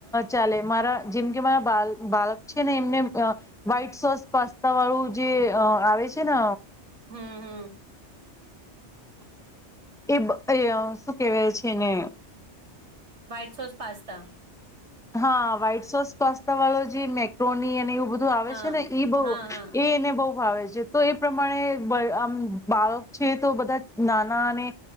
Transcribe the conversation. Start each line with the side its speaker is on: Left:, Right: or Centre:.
Centre: ચાલે મારા જેમકે મારા બાલક બાળક છે ને એમને વ્હાઈટ સોસ પાસ્તા વાળું. જે અ આવે છે ને
Right: હમ્મ હહ
Centre: એ બ એ શું કેવાય છે એને?
Right: વ્હાઈટ સોસ પાસ્તા
Centre: હા, વ્હાઈટ સોસ પાસ્તા વાળો જે મેક્રોની અને એવું બધું આવે
Right: હા
Centre: છે ને એ બહ
Right: હા હા
Centre: એ એને બ છે તો એ પ્રમાણે બાળક છે તો બધા નાના અને